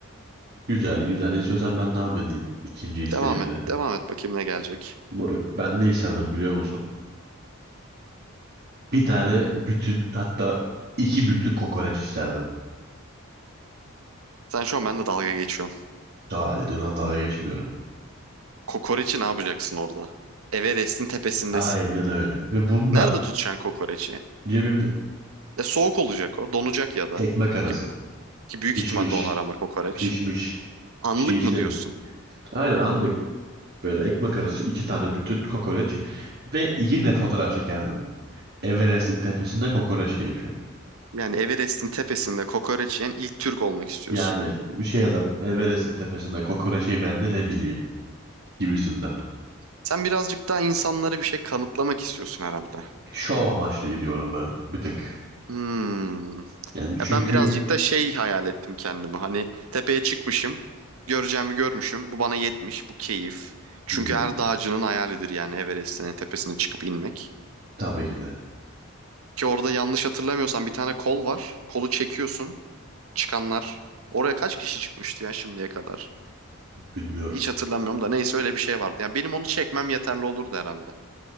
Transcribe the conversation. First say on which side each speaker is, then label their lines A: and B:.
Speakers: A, on the right; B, on the right.
A: Güzel güzel. İstiyorsan ben devam edeyim. ikinci isteğimle.
B: Devam et. Devam et bakayım ne gelecek.
A: Moruk ben ne isterdim biliyor musun? Bir tane bütün hatta iki bütün kokoreç isterdim.
B: Sen şu an benimle dalga geçiyorsun.
A: Hayır inan dalga geçmiyorum.
B: Kokoreçi ne yapacaksın orada? Everest'in tepesindesin.
A: Aynen öyle. Ve bunu
B: Nerede
A: da
B: tutacaksın kokoreçi?
A: cebimde.
B: E, soğuk olacak o. Donacak ya da.
A: Ekmek arası.
B: Ki, ki büyük
A: Pişmiş.
B: ihtimal donar ama kokoreç.
A: Pişmiş.
B: Anlık
A: Çiğ istemiyorum.
B: mı diyorsun?
A: Aynen anlık. Böyle ekmek arası iki tane bütün kokoreç. Ve yine fotoğraf çekerdim. Everest'in tepesinde kokoreç keyfi.
B: Yani Everest'in tepesinde kokoreç yiyen ilk Türk olmak istiyorsun.
A: Yani bir şey yazardım. Everest'in tepesinde kokoreç yemeyen de ne bileyim gibisinden.
B: Sen birazcık daha insanlara bir şey kanıtlamak istiyorsun herhalde.
A: Şov amaçlı gidiyorum ben bir tek.
B: Hmm.
A: Yani çünkü
B: Ya ben birazcık da şey hayal ettim kendimi. Hani tepeye çıkmışım, göreceğimi görmüşüm. Bu bana yetmiş, bu keyif. Çünkü
A: hmm,
B: her dağcının hayalidir yani Everest'in en tepesine çıkıp inmek.
A: tabii ki de
B: Ki orada yanlış hatırlamıyorsam bir tane kol var. Kolu çekiyorsun. Çıkanlar. Oraya kaç kişi çıkmıştı ya şimdiye kadar?
A: bilmiyorum.
B: Hiç hatırlamıyorum da neyse öyle bir şey vardı. Yani benim onu çekmem yeterli olurdu herhalde.